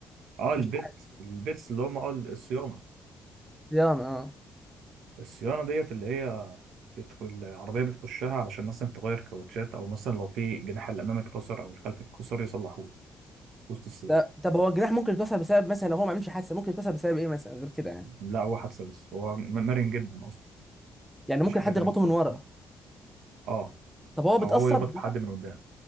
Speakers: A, on the right; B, in the centre.
A: اه البيت
B: مش عارف
A: البيتس اللي هم اه الصيانه
B: صيانه اه
A: الصيانه ديت اللي هي بتدخل العربيه بتخشها علشان مثلا تغير كاوتشات او مثلا لو في جناح الامام اتكسر او الخلف اتكسر يصلحوه وسط السباق
B: ده طب هو الجناح ممكن يتكسر بسبب مثلا لو هو ما عملش حادثه ممكن يتكسر بسبب ايه مثلا غير كده يعني
A: لا هو حادثه بس هو مرن جدا اصلا
B: يعني ممكن
A: مفيش حاجه
B: حد
A: تانية
B: يخبطه
A: بسرعه
B: من ورا
A: اه
B: طب هو بيتاثر
A: او هو يخبط
B: جوه؟
A: في حد من قدام